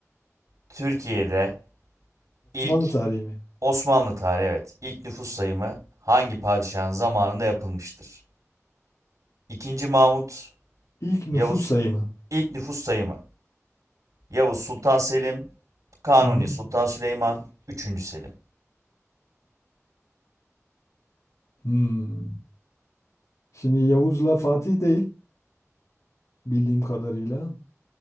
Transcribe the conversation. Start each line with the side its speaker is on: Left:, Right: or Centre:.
Right: Türkiye'de ilk
Left: Osmanlı tarihi mi?
Right: Osmanlı tarihi evet, ilk nüfus sayımı hangi padişahın zamanında yapılmıştır? İkinci Mahmut,
Left: İlk nüfus
Right: Yavuz,
Left: sayımı.
Right: ilk nüfus sayımı. Yavuz Sultan Selim, Kanuni
Left: Hı hı.
Right: Sultan Süleyman, üçüncü Selim.
Left: Hmm. Şimdi Yavuz'la Fatih değil bildiğim kadarıyla.